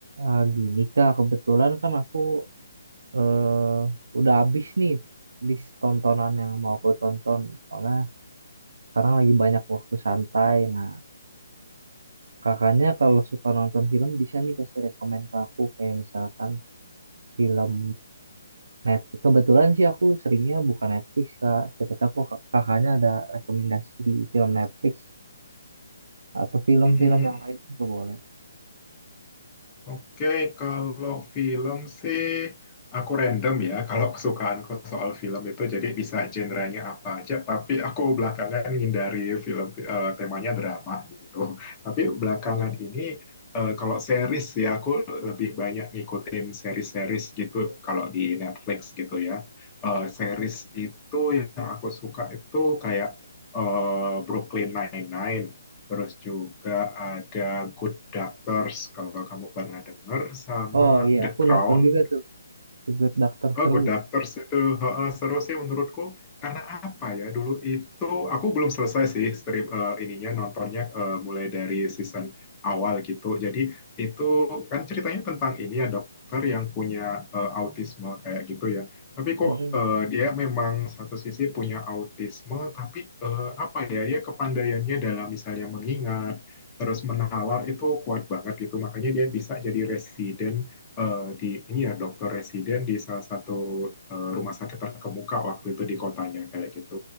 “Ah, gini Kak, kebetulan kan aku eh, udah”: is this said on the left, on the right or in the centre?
Right